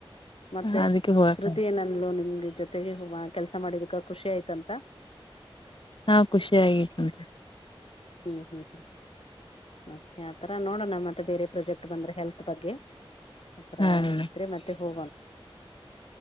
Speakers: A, on the left; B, on the left.
A: ಮತ್ತೆ
B: ಅದಕ್ಕೆ ಹೋಗಕ
A: ಶ್ರುತಿ ಏನಂದಲು ನಿಮ್ ಜೊತೆಗೆ ಹ ಕೆಲ್ಸ ಮಾಡಿದಕ್ಕೆ ಖುಷಿ ಆಯ್ತಂತ
B: ಹಾ ಖುಷಿ ಆಗಿತ್ ನೋಡ್ರಿ
A: ಹ್ಮ ಹ್ಮ್ ಹ್ಮ್ ಓಕೆ ಆ ಥರ ನೋಡೋಣ ಮತ್ತೆ ಬೇರೆ ಪ್ರೊಜೆಕ್ಟ್ ಬಂದರೆೆ ಹೆಲ್ತ್ ಬಗ್ಗೆ ಆತ್ರ
B: ಹಾ ಮೇಡಮ್
A: ವಿದ್ರೆ ಮತ್ತೆ ಹೋಗೋಣ